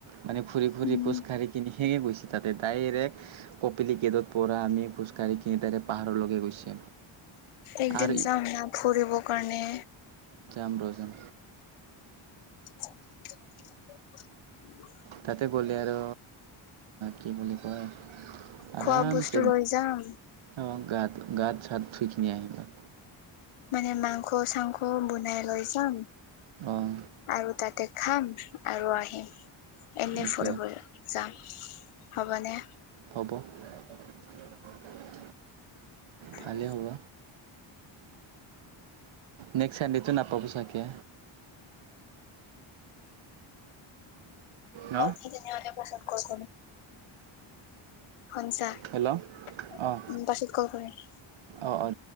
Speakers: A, on the right; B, on the left.
A: মানে ঘূৰি-ফুৰি
B: উম।
A: খোজকাঢ়ি কিনি গৈছে তাতে ডাইৰেক্ট কপিলি গেটত পৰা আমি খোজকাাঢ়ি কিনি তাইৰেক্ পাহাৰলৈকে গৈছে।
B: একদিন
A: আৰু
B: যাম না ফুৰিব কাৰণে।
A: জাম তো জাম।
B: <unintelligible>
A: তাতে গ'লে আৰু কি বুলি কয়?
B: খোৱা
A: আৰামছে
B: বস্তু লৈ যাম
A: অ গা গাত চাত ধুই কিনে আহিবা।
B: মানে মাংস-চাংস বনাই লৈ যাম।
A: অঁ
B: আৰু তাতে খাম আৰু আহিম। এনেই
A: এতিয়া
B: ফুৰিব যাম, হ'ব নে?
A: হ'ব <unintelligible> ভালেই
B: উ।
A: হ'ব নেক্সট চানডটো নাপাব চাগে। ন
B: কি তেনেহলে পচন্দ কৰে। সঞ্চা
A: হেল্ল'
B: পাছত
A: অঁ
B: কল কৰিম।
A: অঁ অঁ